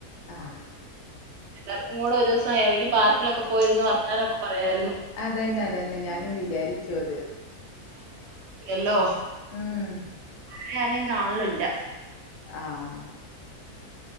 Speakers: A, on the left; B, on the right.
A: ആഹ്
B: എർക്കും കൂടെ ഒരൂസം ഏതെങ്കിം പാർക്കിലൊക്കെ പോയിരുന്ന് വർത്താനൊക്കെ പറയാരുന്നു
A: അതന്നെ അതന്നെ ഞാനും വിചാരിച്ചു അത്
B: ല്ലോ
A: ഉം
B: വേറെ ആരേം കാണലൂല്ല
A: ആഹ്